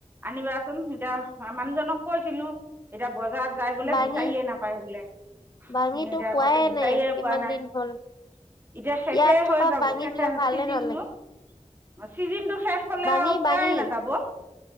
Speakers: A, on the right; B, on the left.
A: আনিবা। চোন। এতিয়া মা- মানুহজনক কৈছিলোঁ। এতিয়া বজাৰত যায় বোলে,
B: বাঙি
A: বিচাৰিয়ে নাপায় বোলে ।
B: বাঙিটো
A: এতিয়া
B: খোৱাই
A: কৈছে বি
B: নাই
A: চাৰিয়ে
B: কিমান
A: পোৱা নাই
B: দিন
A: ।
B: হ'ল।
A: এতিয়া শেষে
B: ইয়াত থকা
A: হৈ যাব-
B: বাঙি
A: শেষে-
B: বিলাক ভালে
A: চিজিনটো।
B: নালাগে।
A: অ' চিজিনটো শেষ হলে
B: বাঙি
A: আৰু পোৱাই
B: বাঙি
A: নাযাব।